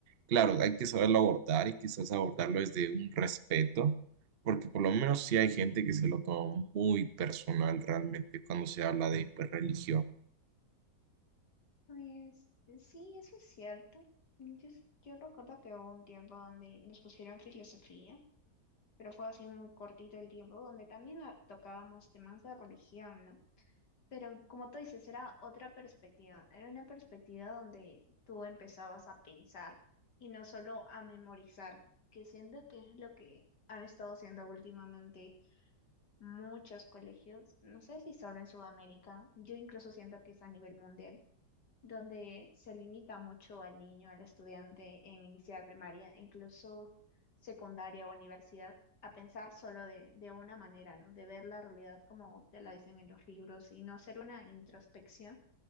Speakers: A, on the right; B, on the left.
A: Claro, hay que saberlo abordar y quizás abordarlo desde un respeto, porque por lo menos sí hay gente que se lo toma muy personal realmente cuando se habla de pues, religión.
B: Pues sí, eso es cierto. Mm, Yo, yo recuerdo que hubo un tiempo donde nos pusieron filosofía, pero fue así muy cortito el tiempo, donde también a- tocábamos temas de religión, ¿no? Pero como tú dices, era otra perspectiva, era una perspectiva donde tú empezabas a pensar y no solo a memorizar, que siento que es lo que han estado haciendo últimamente muchos colegios, no sé si solo en Sudamérica, yo incluso siento que es a nivel mundial donde se limita mucho al niño, al estudiante en iniciar primaria, e incluso secundaria o universidad, a pensar solo de, de una manera, ¿no? De ver la realidad como te la dicen en los libros y no hacer una introspección